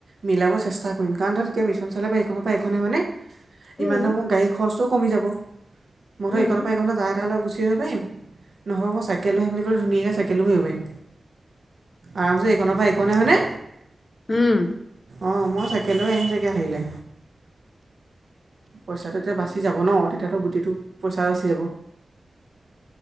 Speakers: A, on the right; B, on the left.
A: মিলাব চেষ্টা কৰিম কাৰণ ধৰক এতিয়া মিছন চলে বা এইখনৰ পৰা এইখনেই মানে ইমান
B: উম,
A: ধৰক মোৰ গাড়ীৰ খৰচটোও কমি যাব মই ধৰক
B: উম,
A: এইখনৰ পৰা এইখনত তাৰ লগত গুচি আহিব পাৰিম, নহ'ব মই চাইকেলৈ আহিম বুলি ক'লে ধুনীয়াকৈ চাইকেলো আহিব পাৰিম। আৰামছে এইকনৰ পা এইকনেই হয়নে?
B: উম'
A: অ' মই চাইকেল লৈ আহিম চাগে আহিলে। পইচাটো তেতিয়া বাচি যাব ন', তেতিয়াতো গুটেটো, পইচা বাচি যাব।